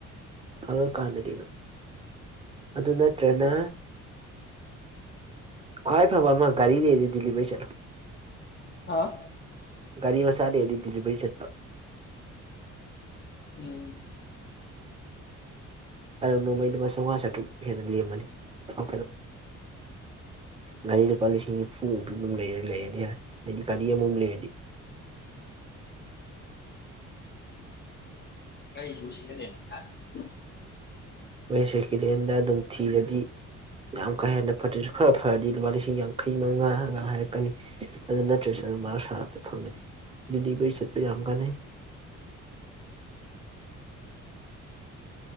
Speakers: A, on the right; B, on the left.
A: ꯐꯔ ꯀꯥꯟꯗꯗꯤꯅꯣ ꯑꯗꯨ ꯅꯠꯇ꯭ꯔꯅ ꯈ꯭ꯋꯥꯏ ꯐꯕ ꯑꯃ ꯒꯥꯔꯤ ꯂꯩꯔꯗꯤ ꯗꯤꯂꯤꯚꯔꯤ ꯆꯠꯂꯣ
B: ꯍꯥꯥ
A: ꯒꯥꯔꯤ ꯃꯆꯥꯥꯗꯦꯗꯤꯗꯤꯚꯩ ꯆꯠꯄ
B: <inaudible>
A: ꯅꯣꯡꯃꯩ ꯂꯨꯄꯥ ꯆꯥꯝꯃꯉꯥ ꯆꯥꯇ꯭ꯔꯨꯛ ꯍꯦꯟꯅ ꯂꯦꯝꯃꯅꯤꯥꯎ ꯒꯥꯔꯤ ꯂꯨꯄꯥ ꯂꯤꯁꯤꯡ ꯅꯤꯐꯨ ꯑꯗꯨ ꯑꯗꯨꯝ ꯂꯩ ꯂꯩꯔꯗꯤ ꯍꯥꯏꯔ ꯑꯩꯗꯤ ꯒꯥꯔꯤ ꯑꯃꯃꯝ ꯂꯩꯔꯗꯤ
B: ꯒꯥꯔꯤꯁꯤꯕꯨ <inaudible>
A: ꯑꯩꯣꯏ ꯁꯦꯀꯦꯟ ꯍꯦꯟꯗ ꯑꯗꯨꯝ ꯊꯤꯔꯗꯤ ꯌꯥꯝ ꯀꯥ ꯍꯦꯟꯅ ꯐꯠꯇ꯭ꯔꯁꯨ ꯈꯔ ꯐꯔꯗꯤ ꯂꯨꯄꯥ ꯂꯤꯁꯤꯡ ꯌꯥꯡꯈꯩ ꯃꯉꯥꯒ ꯍꯥꯏꯔꯛꯀꯅꯤ ꯑꯗꯨ ꯅꯠꯇ꯭ꯔꯁꯨ ꯑꯗꯨꯝ ꯃꯥꯁꯔꯇ ꯐꯪꯉꯗꯤ ꯂꯤꯚꯔꯤ ꯆꯠꯄ ꯌꯥꯝ ꯀꯥꯟꯅꯩ